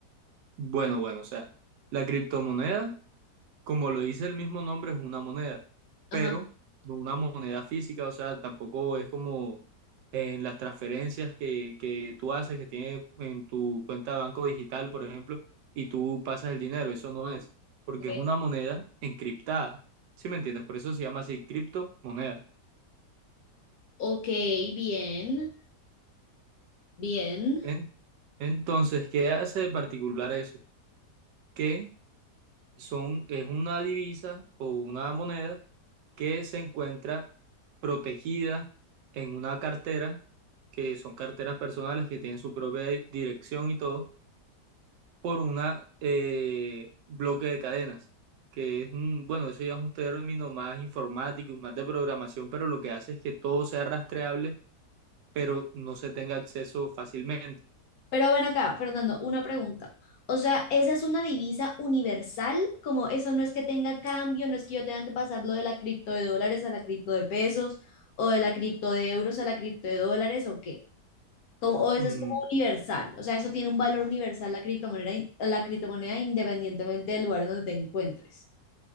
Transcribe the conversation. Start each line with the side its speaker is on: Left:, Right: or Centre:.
Right: Bueno, bueno, o sea, la criptomoneda. como lo dice el mismo nombre, es una moneda, pero
Left: Ajá,
Right: no una moneda física, o sea, tampoco es como en las transferencias que, que tú haces, que tiene en tu cuenta de banco digital, por ejemplo, y tú pasas el dinero, eso no es, porque
Left: ok,
Right: es una moneda encriptada, ¿sí me entiendes? Por eso se llama así criptomoneda.
Left: Ok, bien, bien.
Right: En- Entonces, ¿qué hace de particular eso? Que son, es una divisa o una moneda que se encuentra protegida en una cartera, que son carteras personales que tienen su propia di- dirección y todo, por una eh, bloque de cadenas, que es, un- bueno, eso ya es un término más informático, y más de programación, pero lo que hace es que todo sea rastreable, pero no se tenga acceso fácilmente.
Left: Pero ven acá, Fernando, una pregunta. O sea, ¿esa es una divisa universal? Como eso no es que tenga cambio, no es que yo tenga que pasar lo de la cripto de dólares a la cripto de pesos o de la cripto de euros a la cripto de dólares o qué. Como, o eso
Right: Mm,
Left: es como universal, o sea, eso tiene un valor universal la criptomoneda, in- la criptomoneda independientemente del lugar donde te encuentres.